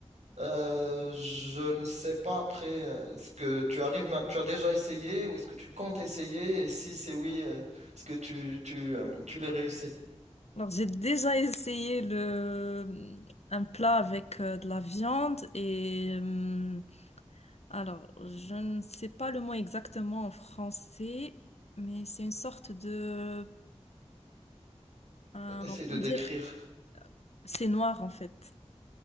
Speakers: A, on the right (about 80°); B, on the left (about 70°).
A: euh, je ne sais pas après, euh, est-ce que tu arrives, ma- tu as déjà essayé ou est-ce que tu comptes essayer? Et si c'est oui, euh, est-ce que tu, tu, euh, tu les réussis?
B: Alors, j'ai déjà essayé le, un plat avec euh, de la viande et euh, Alors, je ne sais pas le mot exactement en français, mais c'est une sorte de, un-
A: Essaye
B: on
A: de
B: va
A: décrire
B: dire, c'est noir en fait.